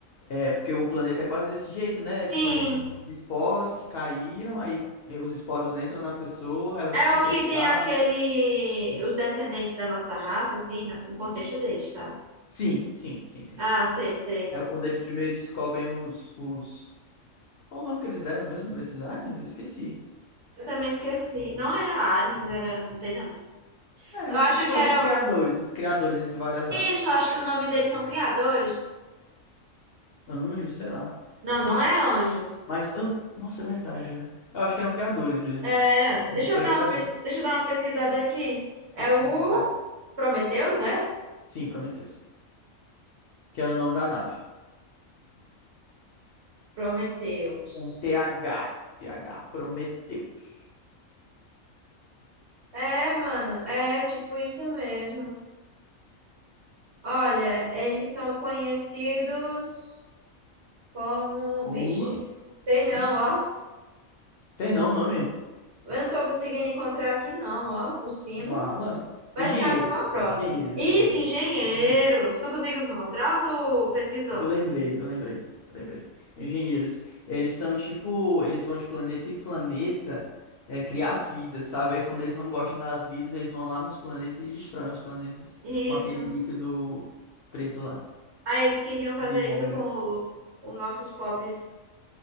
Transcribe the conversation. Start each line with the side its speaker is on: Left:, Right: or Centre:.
Left: É porque o planeta é quase desse jeito, né? Tipo,
Right: Sim,
Left: ele tem os esporos que caíram, aí o- eh, os esporos entram na pessoa, ela
Right: é
Left: fica infectada.
Right: o que tem aquele... Os descendentes da nossa raça, assim, na- no contexto deles, tá?
Left: Sim, sim, sim, sim.
Right: Ah, sei, sei.
Left: É quando eles primeiro descobrem os, os Qual o nome que eles deram mesmo pra esses aliens? Eu esqueci.
Right: Eu também esqueci. Não era aliens, era... Não sei, não.
Left: É,
Right: Eu
Left: o-
Right: acho
Left: pronto,
Right: que era...
Left: os criadores, os criadores entre várias aspas.
Right: Isso, acho que o nome deles são criadores.
Left: Anjos, sei lá.
Right: Não,
Left: Enfim,
Right: não é anjos.
Left: mas eu... Nossa, é verdade, né? Eu acho que eram criadores mesmos.
Right: Era. Deixa
Left: Acho que
Right: eu
Left: era
Right: dar
Left: criadores.
Right: uma, pes- deixa eu dar uma pesquisada aqui. É
Left: Pesquisem,
Right: o
Left: vai.
Right: Prometheus, é?
Left: Sim, Prometheus. Que era o nome da nave.
Right: Prometheus.
Left: Um T H T H Prometheus.
Right: É, mano, é tipo isso mesmo. Olha, eles são conhecidos como.
Left: Como?
Right: Vixe, tem não,
Left: Vixe.
Right: ó.
Left: Tem não o nome?
Right: Eu não tô conseguindo encontrar aqui, não, ó, por cima.
Left: Vala.
Right: Vai
Left: Engenheiros.
Right: ficar para uma próxima.
Left: Engenheiros,
Right: Isso,
Left: engenheiros.
Right: engenheiros.
Left: Engenheiros.
Right: Tu conseguiu encontrar ou tu pesquisou?
Left: Eu lembrei, eu lembrei, eu lembrei. Engenheiros, eles são tipo, eles vão de planeta em planeta é, criar vida, sabe? Aí quando eles não gostam das vidas, eles vão lá nos planetas e destroem os planetas
Right: Isso.
Left: com aquele líquido preto lá,
Right: Aí eles queriam fazer
Left: de óleo.
Right: isso com o- os nossos pobres.